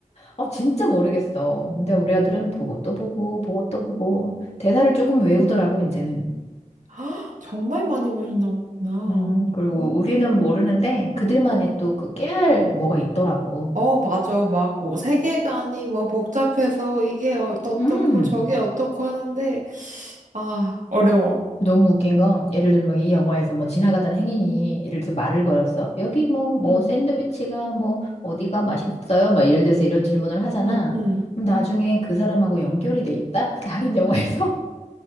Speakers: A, on the left (about 55°); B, on the right (about 75°).
A: 아, 진짜 모르겠어. 근데 우리 아들은 보고 또 보고 보고 또 보고 대사를 조금 외우더라고 이제는.
B: <gasps> 헉, 정말 많이 보셨나 보구나.
A: 음, 그리고
B: 오.
A: 우리는 모르는데 그들만의 또 그 깨알 뭐가 있더라고.
B: 어, 맞아. 막, 뭐, 세계관이 뭐 복잡해서 이게 어- 어떻고
A: 음,
B: 저게 어떻고 하는데, 아, 어려워.
A: 너무 웃긴 건 예를 들면 이 영화에서 뭐 지나가던 행인이 예를 들어 말을 걸었어. 여기 뭐, 뭐
B: 응,
A: 샌드위치가 뭐 어디가 맛있어요? 막 예를 들어서 이런 질문을 하잖아.
B: 응, 응.
A: 그럼 나중에 그 사람하고 연결이 돼 있다? <laughs> 다른 영화에서?